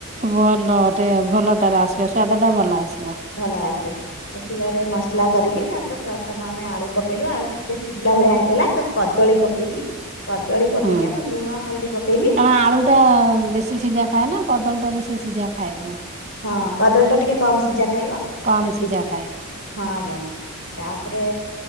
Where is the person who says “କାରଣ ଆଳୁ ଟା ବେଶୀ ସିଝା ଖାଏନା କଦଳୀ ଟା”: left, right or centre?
Right